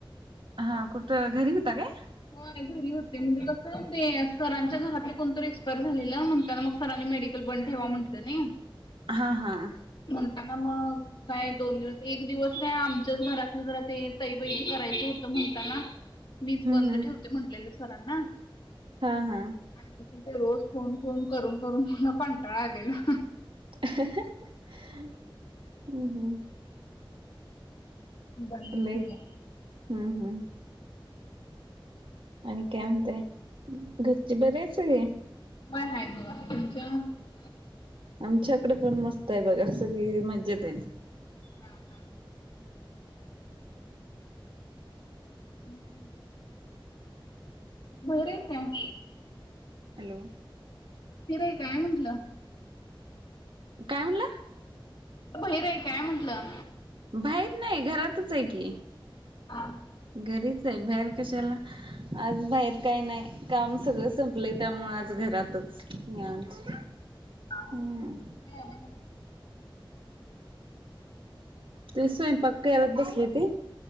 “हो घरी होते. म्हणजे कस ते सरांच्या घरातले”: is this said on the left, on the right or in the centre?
Left